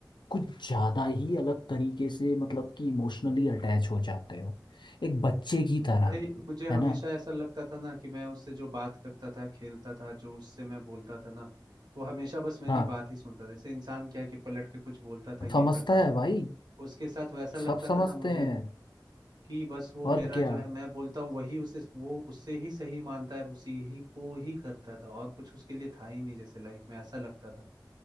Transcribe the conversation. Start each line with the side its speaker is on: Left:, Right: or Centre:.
Left: कुछ ज़्यादा ही अलग तरीके से मतलब कि इमोशनली अटैच हो जाते हो एक बच्चे की तरह
Right: भाई मुझे हमेशा
Left: है ना
Right: ऐसा लगता था ना कि मैं उससे जो बात करता था खेलता था जो उससे मैं बोलता था ना वो हमेशा बस मेरी
Left: हाँ
Right: बात ही सुनता था जैसे इंसान क्या है कि पलट के कुछ बोलता था ये
Left: समझता
Right: करता
Left: है
Right: था
Left: भाई
Right: उसके साथ वैसा
Left: सब
Right: लगता
Left: समझते
Right: था ना मुझे
Left: हैं
Right: कि बस वो
Left: और
Right: मेरा
Left: क्या
Right: जो है मैं बोलता हूँ वही उसे वो उससे ही सही मानता है और उसी ही को ही करता था और कुछ उसके लिए था ही नहीं जैसे लाइफ में ऐसा लगता था